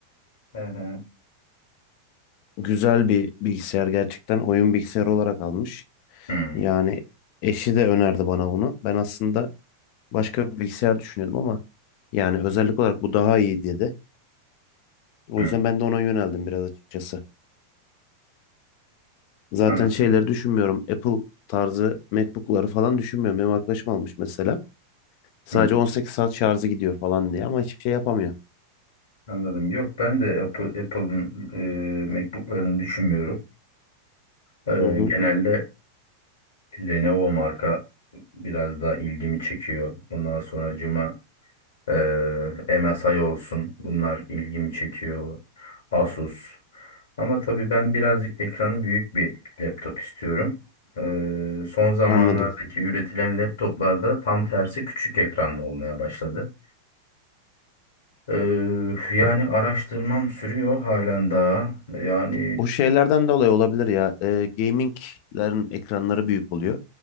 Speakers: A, on the left (about 60°); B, on the left (about 45°).
A: Hı hı.
B: Güzel bir bilgisayar gerçekten. Oyun bilgisayarı olarak almış.
A: Hı
B: Yani eşi de önerdi bana bunu. Ben aslında başka bir bilgisayar düşünüyordum ama yani özellik olarak bu daha iyi dedi. O
A: hı.
B: yüzden ben de ona yöneldim biraz açıkçası. Zaten
A: An-
B: şeyleri düşünmüyorum. Apple tarzı MacBook'ları falan düşünmüyorum. Benim arkadaşım almış mesela. Sadece
A: hı,
B: 18 saat şarjı gidiyor falan diye ama hiçbir şey yapamıyor.
A: Anladım. Yok ben de Apple- Apple'ın eee MacBook'larını düşünmüyorum. Eee,
B: Hı hı,
A: genelde Lenovo marka biraz daha ilgimi çekiyor. Ondan sonracığıma eee MSI olsun. Bunlar ilgimi çekiyor. Asus. Ama tabii ben birazcık ekranı büyük bir laptop istiyorum. Eee, son zamanlardaki
B: anladım.
A: üretilen laptoplarda tam tersi küçük ekranlı olmaya başladı. Eee, yani araştırmam sürüyor halen daha. Yani
B: O şeylerden dolayı olabilir ya. E, gaming'lerin ekranları büyük oluyor.